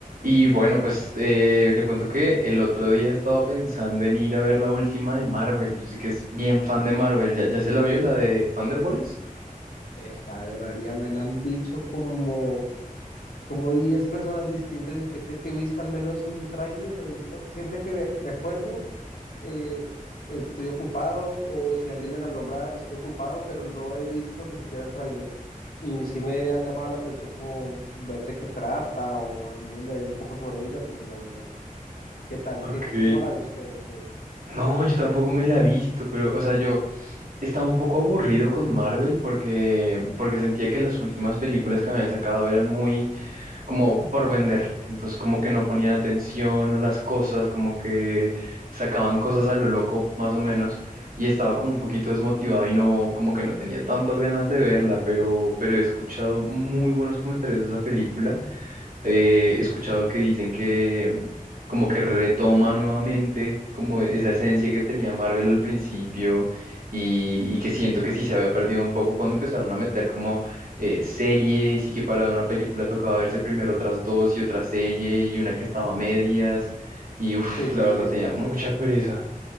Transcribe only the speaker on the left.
Eh, Ave María, me la han dicho como, como 10 personas distintas. ¿Y usted cree que he visto al menos un tráiler o eso? Siempre que me, me acuerdo, eh, estoy ocupado o si alguien me la nombra, estoy ocupado, pero no he visto ni siquiera el tráiler. Y sí me ha llamado la atención como ver de qué trata o al menos leer un poco sobre ella, pero no, no. ¿Qué tal?
¿Qué, cómo la ve usted? Okay.
Ujú,
sí,
sí, sí,
sí,
sí.